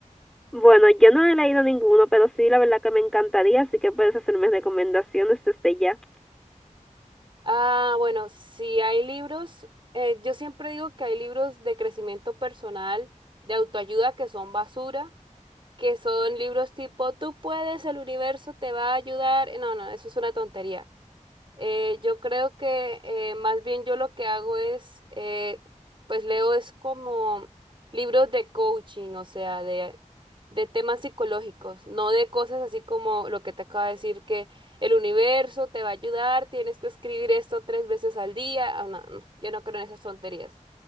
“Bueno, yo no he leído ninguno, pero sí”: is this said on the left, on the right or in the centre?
Centre